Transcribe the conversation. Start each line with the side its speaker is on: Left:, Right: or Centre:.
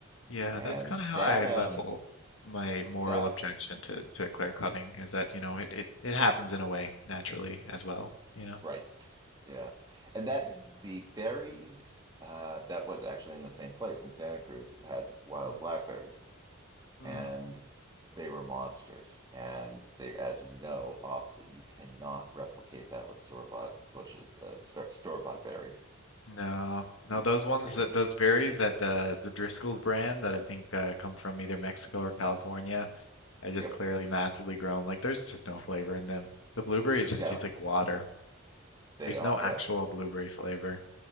Left: Yeah,
Right: And
Left: that's kind of how
Right: that
Left: I
Right: um
Left: level my moral
Right: that
Left: objection to to clear cutting is that, you know, it it it happens in a way naturally as well, you know.
Right: Right. Yeah. And that the berries uh that was actually in the same place in Santa Cruz had wild
Left: mm
Right: blackberries
Left: mm.
Right: and they were monsters. And they, as you know, off that you cannot replicate that with store-bought bushes, uh, store store-bought berries.
Left: No, no,
Right: The
Left: those ones
Right: picking.
Left: that those berries that uh, the Driscoll's brand that I think uh, come from either Mexico or California. They're just
Right: Yep.
Left: clearly massively grown. Like there's just no flavor in them. The blueberries just
Right: No,
Left: taste like water.
Right: they
Left: There's
Right: are.
Left: no
Right: Yep.
Left: actual blueberry flavor.